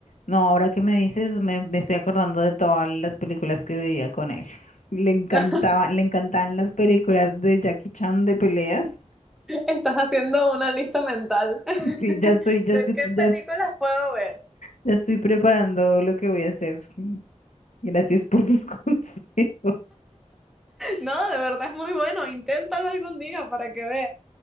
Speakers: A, on the left (about 85°); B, in the centre.
A: no, ahora que me dices, me, me estoy acordando de todas las películas que veía con él. <laughs> Le encantaban,
B: <laughs>
A: le encantaban las películas de Jackie Chan de peleas.
B: Estás haciendo una lista mental <laughs> de
A: Sí, ya estoy, ya estoy,
B: qué
A: ya,
B: películas puedo ver.
A: ya estoy preparando lo que voy a hacer. Gracias por tus <laughs> consejos.
B: No, de verdad es muy bueno. Inténtalo algún día para que veas.